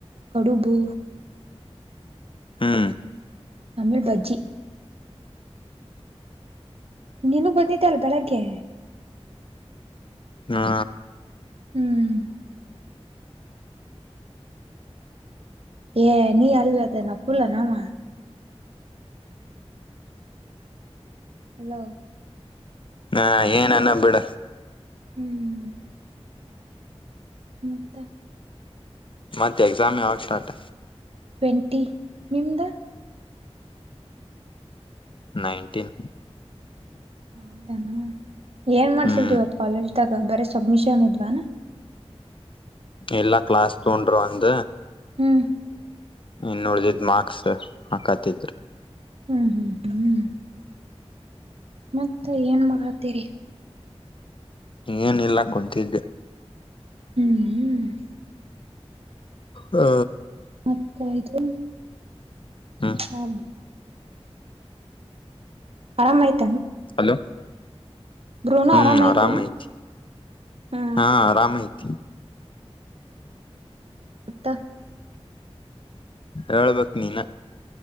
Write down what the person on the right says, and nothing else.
ಕಡುಬು
ತಮಿಳ್ ಬಜ್ಜಿ ನೀನು ಬಂದಿದ್ದ ಅಲ್ ಬೆಳಗ್ಗೆ
ಹ್ಮ್ ಏ ನೀ ಅಲ್ಲದ ನಾ ಕುೂಲ್ಲ ನಾಮ ಹಲೋ
ಹ್ಮ್ ಮತ್ತ
ಟ್ವೆಂಟಿ ನಿಮದ
ಹೌದಾನ ಏನ್ ಮಾಡ್ಸಿದ್ಿ
ಇವತ್ ಕಾಲೇಜ್ ಬರ ಸಬ್ಮಿಷನ್ ಇದ್ವಾನಾ
ಹ್ಮ್
ಹ್ಮ್ ಹ್ಮ್ ಹ್ಮ್ ಹ್ಮ್ ಮತ್ತ ಏನ್ ಮಾಡರತೀರಿ
ಹ್ಮ್ ಹ್ಮ
ಮತ್ ಇದು
ಅ ಆರಾಮ್ ಆಯ್ತ
ಬ್ರೂನೋ
ಐತಿ
ಹ್ಮ್
ಹತ್ತ